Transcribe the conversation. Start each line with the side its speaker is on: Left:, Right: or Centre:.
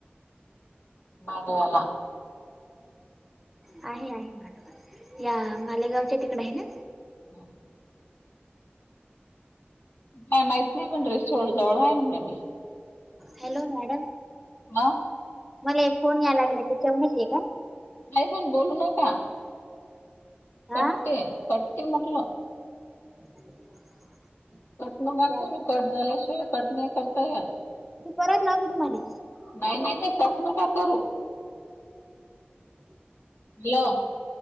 Left: मामावाला
Centre: आहे आहे मॅडम या मालेगावच्या तिकड आहे ना.
Left: हा. काय माहीत नाही पण ड्रेस शो जवळ आहे म्हण बाई.
Centre: Hello madam.
Left: हा.
Centre: मला एक फोन यायला लागला की हेच्यावणच आहे का?
Left: नाही पण बोलू नका.
Centre: हा
Left: कट्टे कट्टी म्हटलं.
Centre: <inaudible>
Left: <unintelligible> करुन
Centre: चालतं
Left: कट झाल्याशिवाय कट नाही करता येत.
Centre: मी परत लावतो तुम्हाला
Left: नाही नाही ते कट नका करू <unintelligible>
Centre: <inaudible>
Left: <unintelligible>